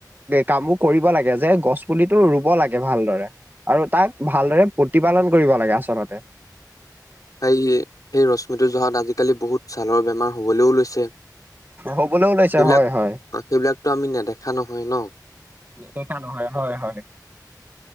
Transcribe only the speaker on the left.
হয় এই ৰশ্মিটোৰ জহাত আজিকালি বহুত ছালৰ বেমাৰ হবলৈও লৈছে সেইবিলাক
সেইবিলাকতো আমি নেদেখা নহয় ন